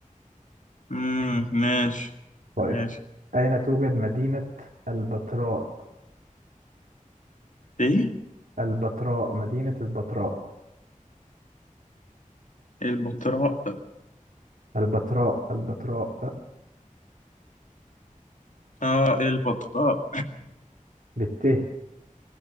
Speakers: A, on the left; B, on the right.
A: امم ماشي
B: طيب
A: ماشي
B: أين توجد مدينة البتراء؟
A: ايه
B: البتراء مدينة البتراء
A: البطراء
B: البتراء البتراء
A: اه البطراء
B: بالت